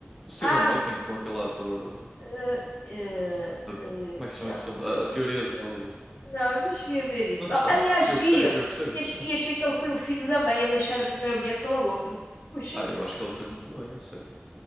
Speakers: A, in the centre; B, on the left (about 60°).
A: Do Stephen
B: Ah.
A: Hawking com aquele ator. uh,
B: Ah, ah,
A: a-
B: ah,
A: como é que se chama
B: não,
A: esse filme? A,
B: ah,
A: A Teoria de
B: ah,
A: Tudo.
B: não, não cheguei a ver isso.
A: Não gostaste?
B: Oh, aliás,
A: Eu
B: via!
A: gostei, eu gostei desse
B: E, ach-
A: filme.
B: e achei que ele foi um filho da mãe a deixar a primeira mulher pela outra. Puxa,
A: Ah, eu acho que ele fez muito bem, eu sei.